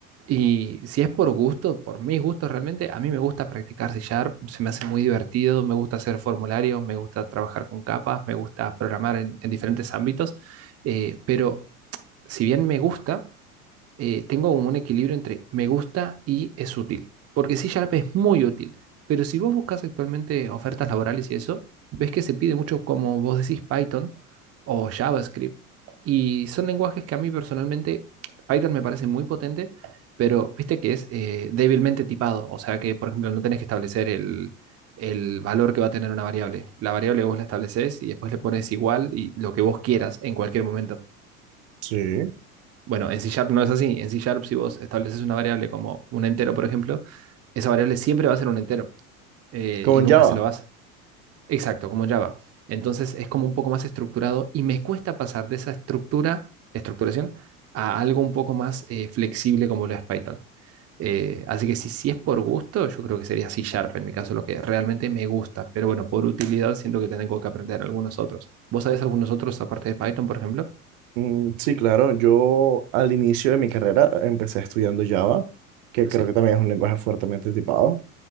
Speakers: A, on the right (about 30°); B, on the right (about 60°).
A: Y si es por gusto, por mis gustos realmente, a mí me gusta practicar C Sharp, se me hace muy divertido, me gusta hacer formularios, me gusta trabajar con capas, me gusta programar en, en diferentes ámbitos. Eh, pero si bien me gusta, eh, tengo como un equilibrio entre me gusta y es útil. Porque C Sharp es muy útil, pero si vos buscas actualmente ofertas laborales y eso, ves que se pide mucho, como vos decís, Python o JavaScript. Y son lenguajes que a mí personalmente, Python me parece muy potente, pero viste que es eh, débilmente tipado. O sea que, por ejemplo, no tenés que establecer el, el valor que va a tener una variable. La variable vos la estableces y después le pones igual y lo que vos quieras en cualquier momento.
B: Sí.
A: Bueno, en C Sharp no es así. En C Sharp, si vos estableces una variable como un entero, por ejemplo, esa variable siempre va a ser un entero eh,
B: como
A: y
B: en
A: nunca
B: Java?
A: se lo vas. Exacto, como en Java. Entonces es como un poco más estructurado y me cuesta pasar de esa estructura, estructuración, a algo un poco más eh, flexible como lo es Python. Eh, así que si, si es por gusto, yo creo que sería C Sharp en mi caso, lo que realmente me gusta. Pero bueno, por utilidad siento que tengo que aprender algunos otros. ¿Vos sabés algunos otros aparte de Python, por ejemplo?
B: Mm, sí, claro, yo al inicio de mi carrera empecé estudiando Java, que
A: Sí,
B: creo que también es un lenguaje fuertemente tipado.